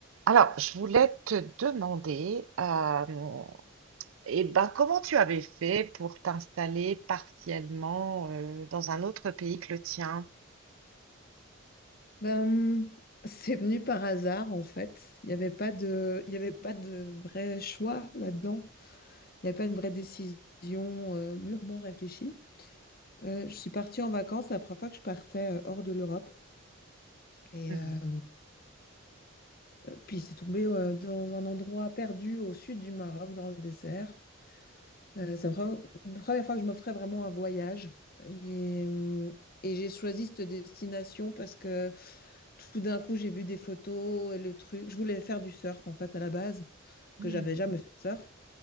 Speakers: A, on the right; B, on the left.
A: Alors, je voulais te demander, euh, eh ben, comment tu avais fait pour t'installer partiellement euh, dans un autre pays que le tien?
B: Ben, c'est venu par hasard en fait. Il n'y avait pas de, il y avait pas de vrai choix là-dedans. Il n'y avait pas une vraie décision euh, mûrement réfléchie. Euh, je suis partie en vacances la première fois que je partais euh, hors de l'Europe. Et
A: Hmm,
B: euh, puis c'est tombé euh, dans un endroit perdu au sud du Maroc, dans le désert. Euh, c'est la pre- la première fois que je me ferais vraiment un voyage. Et, euh, et j'ai choisi cette destination parce que tout d'un coup, j'ai vu des photos et le truc. Je voulais faire du surf, en fait, à la base,
A: Hmm.
B: que j'avais jamais fait de surf.